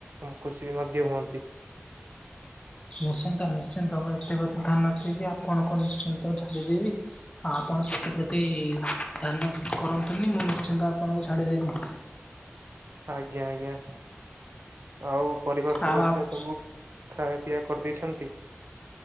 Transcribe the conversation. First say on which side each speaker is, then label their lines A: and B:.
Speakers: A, on the right; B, on the left.
A: ମୁଁ ଖୁସି ବି ମଧ୍ୟ ହୁଅନ୍ତି।
B: ନିଶ୍ଚିନ୍ତ ନିଶ୍ଚିନ୍ତ, ମୁଁ ଏଥିପ୍ରତି ଧ୍ୟାନ ଦେଇକି ଆପଣଙ୍କୁ ନିଶ୍ଚିନ୍ତ ଝାଡ଼ିଦେବି। ଆଉ ଆପଣ ସେଥିପ୍ରତି ଧ୍ୟାନ କରନ୍ତୁନି, ମୁଁ ନିଶ୍ଚିନ୍ତ ଆପଣଙ୍କୁ ଛାଡ଼ିଦେବି।
A: ଆଜ୍ଞା ଆଜ୍ଞା ଆଉ ପରିବାର ସଦସ୍ୟ
B: ଆଉ ଆପଣ
A: ସବୁ ଖାଇବା ପିଇଆ କରିଦେଇଛନ୍ତି?